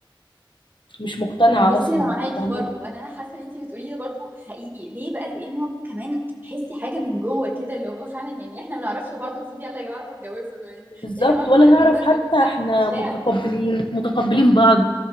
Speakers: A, on the left; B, on the right.
A: مش مقتنعه
B: بصي
A: اصلا
B: انا معاكي
A: فاهمه
B: برضو انا انا حاسه ان انت بتقوليه ده برضو حقيقي ليه بقى لان هو كمان تحسي حاجه من جوه كده اللي هو فعلا يعني احنا ما نعرفش بعض المفروض يلا يا جماعه روحوا اتجوزوا يعني
A: بالظبط
B: إيه يا جماعه الموضوع
A: ولا نعرف
B: الموضوع لازم
A: حتى
B: يكون فعلا
A: احنا
B: مشاعر
A: متقبلين متقبلين بعض